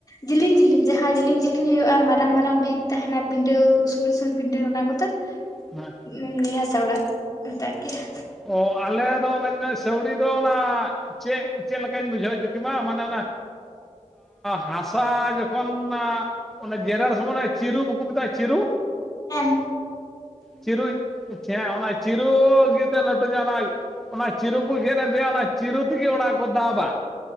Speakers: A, on the left; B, in the centre.
A: ᱡᱤᱞᱤᱧ ᱡᱤᱞᱤᱧ ᱡᱟᱦᱟ ᱡᱤᱞᱤᱧ ᱡᱤᱞᱤᱧ ᱦᱩᱭᱩᱜᱼᱟ ᱢᱟᱨᱟᱝ ᱢᱟᱨᱟᱝ ᱵᱷᱤᱛ ᱛᱟᱦᱮᱱᱟ ᱯᱤᱰᱟᱹ ᱩᱥᱩᱞ ᱩᱥᱩᱞ ᱯᱤᱰᱟᱹ ᱚᱱᱟ ᱠᱚᱫᱚ <unintelligible>
B: <unintelligible>
A: ᱮᱢᱱᱤ ᱦᱟᱥᱟ ᱚᱲᱟᱜ ᱢᱮᱛᱟᱜ ᱜᱮᱭᱟ᱾
B: ᱚ ᱟᱞᱮ ᱫᱚ ᱚᱱᱟ ᱥᱟᱹᱣᱲᱤ ᱫᱚ ᱚᱱᱟ ᱪᱮᱫ ᱪᱮᱫ ᱞᱮᱠᱟᱧ ᱵᱩᱡᱷᱟᱹᱣ ᱦᱚᱪᱚ ᱠᱮᱢᱟ ᱢᱟᱱᱮ ᱚᱱᱟ ᱦᱟᱥᱟ ᱡᱚᱠᱷᱚᱱ ᱚᱱᱟ ᱡᱮᱨᱮᱲ ᱥᱚᱢᱚᱭ ᱪᱤᱨᱩ ᱵᱟᱠᱚ ᱢᱮᱛᱟᱜᱼᱟ ᱪᱤᱨᱩ
A: ᱦᱮᱸ
B: ᱪᱤᱨᱩ ᱪᱮ ᱚᱱᱟ ᱪᱤᱨᱩ ᱜᱮ ᱛᱚ ‌ᱞᱟᱹᱴᱩ ᱧᱚᱜ ᱚᱱᱟ ᱚᱱᱟ ᱪᱤᱨᱩ ᱠᱚ ᱜᱮᱫ ᱟᱹᱜᱩᱭᱟ ᱚᱱᱟ ᱪᱤᱨᱩ ᱛᱮᱜᱮ ᱚᱱᱟ ᱠᱚ ᱫᱟᱵᱟ